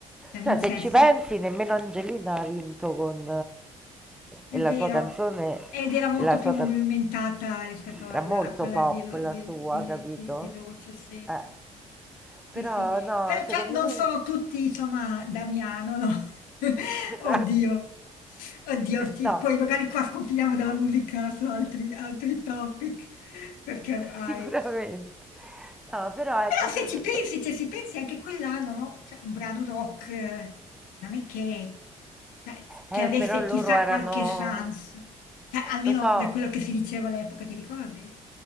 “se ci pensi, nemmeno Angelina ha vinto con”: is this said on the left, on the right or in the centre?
Centre